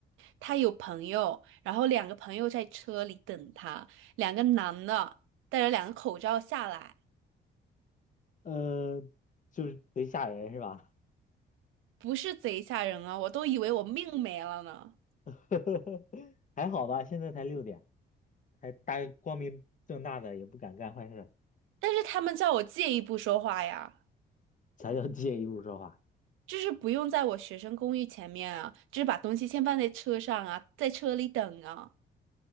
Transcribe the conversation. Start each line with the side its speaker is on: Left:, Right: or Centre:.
Right: 他有朋友，然后两个朋友在车里等他，两个男的戴着两个口罩下来，
Left: 呃，就是贼吓人是吧？
Right: 不是贼吓人啊，我都以为我命没了呢，
Left: <laughs> 还好吧，现在才六点，还大光明正大的也不敢干坏事，
Right: 但是他们叫我借一步说话呀。
Left: 才叫借一步说话
Right: 就是不用在我学生公寓前面啊，就是把东西先放在车上啊，在车里等啊。